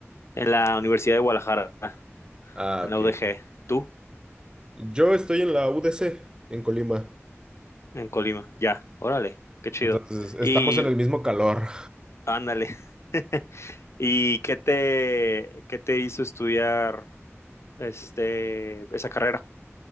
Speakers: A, on the left; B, on the right.
A: en la Universidad de Guadalajara,
B: Ah,
A: en
B: ok.
A: la UDG. ¿Tú?
B: Yo estoy en la UDC, en Colima.
A: En Colima, ya. Órale, qué chido.
B: Entonces, estamos
A: Y
B: en el mismo calor.
A: ándale. <laughs> ¿Y qué te, qué te hizo estudiar este, esa carrera?